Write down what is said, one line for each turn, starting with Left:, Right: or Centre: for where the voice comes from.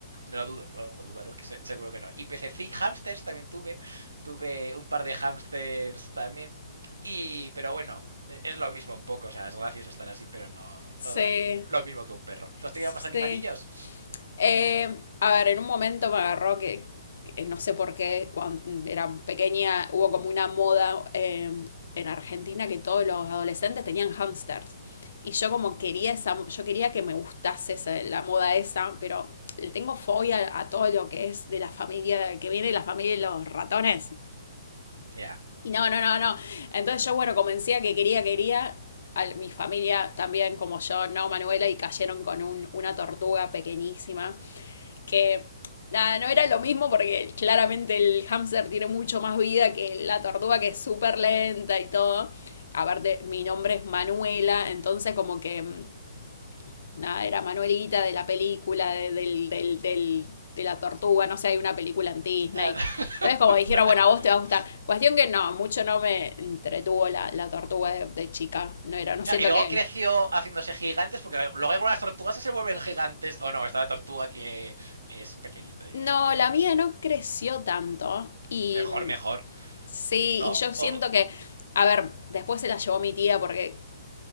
Right: no lo dudo, no lo dudo, ¿no? que se- seguro que no. Y pececi, hamsters también tuve. Tuve un par de hamsters también. Y, pero bueno, es lo mismo un poco. O sea, es gracioso estar así, pero no, no
Left: Sí,
Right: dan lo mismo que un perro. ¿Tú has
Left: sí.
Right: tenido más animalillos?
Left: Eh, a ver, en un momento me agarró que, que no sé por qué, cuando era pequeña, hubo como una moda eh, en Argentina que todos los adolescentes tenían hamsters. Y yo como quería esa, yo quería que me gustase esa- la moda esa, pero le tengo fobia a todo lo que es de la familia, que viene de la familia de los ratones.
Right: Ya.
Left: Y no, no, no, no. Entonces yo, bueno, convencía que quería, quería. Al- mi familia también, como yo, no, Manuela, y cayeron con un- una tortuga pequeñísima que nada, no era lo mismo porque claramente el hámster tiene mucho más vida que la tortuga que es súper lenta y todo. Aparte, mi nombre es Manuela, entonces como que nada, era Manuelita de la película, de, del, del, del- de la tortuga, no sé, hay una película en Disney.
Right: Ah, <laughs>
Left: Entonces como dijeron,
Right: no, no,
Left: bueno,
Right: no
Left: a vos
Right: lo he
Left: te
Right: visto.
Left: va a gustar. Cuestión que no, mucho no me entretuvo la, la tortuga de, de chica, no era, no
Right: Claro,
Left: siento
Right: y luego
Left: que...
Right: creció haciéndose gigantes, porque luego algunas tortugas se vuelven gigantes. O oh, no, está la tortuga que es pequeñita y
Left: No,
Right: de, y de
Left: la
Right: ahí no
Left: mía
Right: salen.
Left: no creció tanto y
Right: Mejor, mejor.
Left: Sí,
Right: ¿No?
Left: y yo siento
Right: O,
Left: que, a ver, después se la llevó mi tía porque